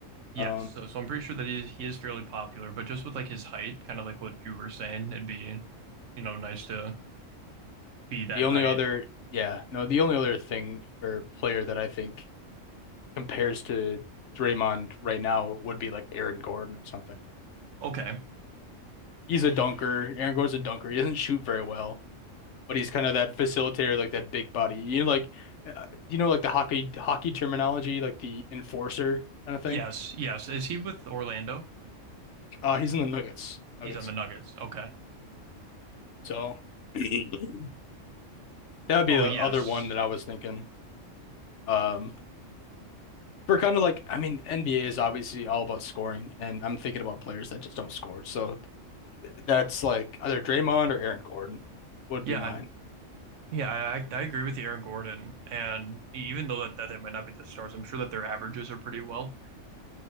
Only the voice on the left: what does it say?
Um
the
only other yeah, no, the only other thing or player that I think compares to Draymond right now would be like Aaron Gordon or something.
He's a dunker. Aaron Gordon's a dunker. He doesn't shoot very well. but he's kind of that facilitator, like that big buddy. You know, like uh, you know, like the hockey hockey terminology, like the enforcer kind of thing.
Uh, he's in the Nuggets. Nuggets.
So <laughs> that would be
the
other one that I was thinking. Um, for kind of like, I mean, NBA is obviously all about scoring, and I'm thinking about players that just don't score. So th- that's like either Draymond or Aaron Gordon would
be mine.